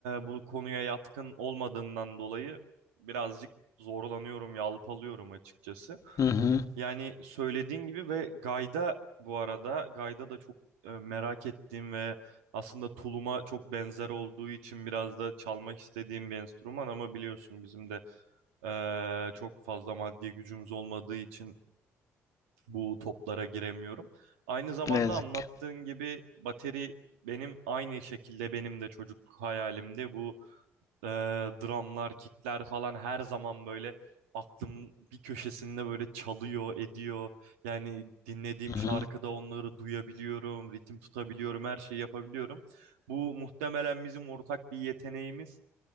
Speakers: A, on the right; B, on the left.
A: bu konuya yatkın olmadığından dolayı birazcık zorlanıyorum, yalpalıyorum açıkçası.
B: Hı hı.
A: Yani söylediğin gibi ve Gayda bu arada Gayda da çok e, merak ettiğim ve aslında tuluma çok benzer olduğu için biraz da çalmak istediğim bir enstrüman ama biliyorsun bizim de e, çok fazla maddi gücümüz olmadığı için bu toplara giremiyorum. Aynı zamanda
B: Ne yazık
A: anlattığın
B: ki.
A: gibi bateri benim aynı şekilde benim de çocukluk hayalimdi. Bu e, drumlar, kickler falan her zaman böyle aklım bir köşesinde böyle çalıyor, ediyor. Yani dinlediğim
B: Hı
A: şarkıda
B: hı.
A: onları duyabiliyorum, ritim tutabiliyorum, her şeyi yapabiliyorum. Bu muhtemelen bizim ortak bir yeteneğimiz